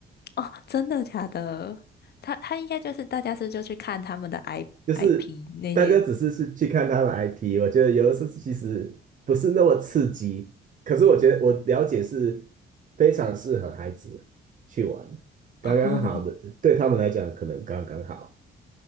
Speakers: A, on the left (about 55°); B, on the right (about 40°).
A: 哦？真的假的？他他应该就是大家是就去看他们的 I
B: 就是大家只是是去看他的
A: IP 那些
B: i p 我觉得有的时候其实不是那么刺激，可是我觉得我了解是非常适合孩子去玩，刚刚好的，
A: 哦
B: 对他们来讲可能刚刚好，